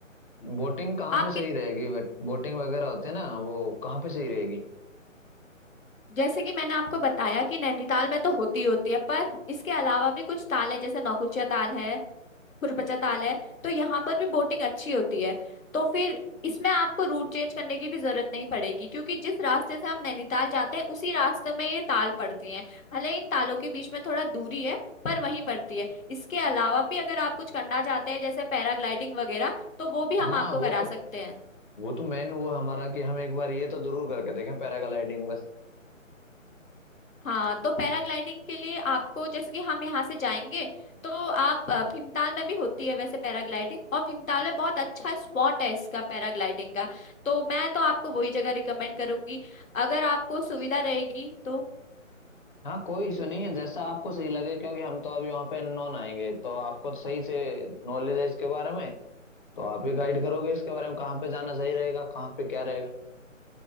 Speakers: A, on the left; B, on the left.
A: बोटिंग कहाँ
B: आपकी
A: पे सही रहेगी बट बोटिंग वगैरह होते हैं ना वो कहाँ पे सही रहेगी
B: जैसे कि मैंने आपको बताया कि नैनीताल में तो होती होती है पर इसके अलावा भी कुछ ताल है जैसे नौकुचिया ताल है कुरपचा ताल है तो यहाँ पर भी बोटिंग अच्छी होती है तो फिर इसमें आपको रूट चेंज करने की भी जरूरत नहीं पड़ेगी क्योंकि जिस रास्ते से हम नैनीताल जाते हैं उसी रास्ते में ये ताल पड़ती हैं भले इन तालों के बीच में थोड़ा दूरी है पर वहीं पड़ती है इसके अलावा भी अगर आप कुछ करना चाहते हैं जैसे पैराग्लाइडिंग वगैरह तो वो भी हम
A: हाँ
B: आपको
A: वो
B: करा
A: तो
B: सकते हैं
A: वो तो मेन वो हमारा कि हम एक बार ये तो जरूर करके देखें पैराग्लाइडिंग बस
B: हाँ तो पैराग्लाइडिंग के लिए आपको जैसे कि हम यहाँ से जाएंगे तो आप अ, भीमताल में भी होती है वैसे पैराग्लाइडिंग और भीमताल में बहुत अच्छा स्पॉट है इसका पैराग्लाइडिंग का तो मैं तो आपको वही जगह रिकमेंड करूंगी अगर आपको सुविधा रहेगी तो
A: हाँ कोई इशू नहीं है जैसा आपको सही लगे क्योंकि हम तो अभी वहाँ पे नॉन आएंगे तो आपको सही से नॉलेज है इसके बारे में तो आप ही गाइड करोगे इसके बारे में कहाँ पे जाना सही रहेगा कहाँ पे क्या रहेगा